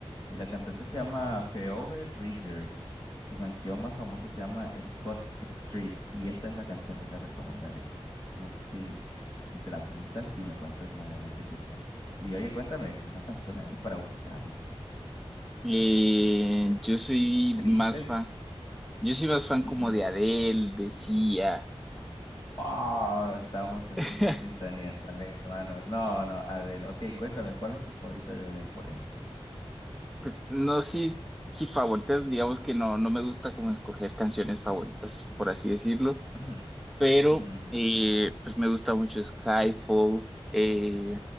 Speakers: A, on the left; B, in the centre.
A: Y la cantante se llama Phoebe Bridgers. Su canción más famosa se llama Scott Street y esa es la canción que te recomendaré. No sé si, si te la apuntas y me cuentas más adelante qué tal. Y oye, cuéntame una canción ahí para buscar.
B: Eh,
A: Tri-
B: yo soy
A: triste.
B: más fan, yo soy más fan
A: Ujú.
B: como de Adele, de Sia.
A: Ah, estamos entonces
B: <laughs>
A: en sintonía también, hermano. No, no, Adele. Ok, cuéntame, ¿cuál es tu favorita de Adele, por ejemplo?
B: Pues no sí, sí favoritas, digamos que no, no me gusta como escoger canciones favoritas, por así decirlo.
A: Ujú,
B: pero
A: ujú, ujú.
B: eh, pues me gusta mucho Skyfall, eh,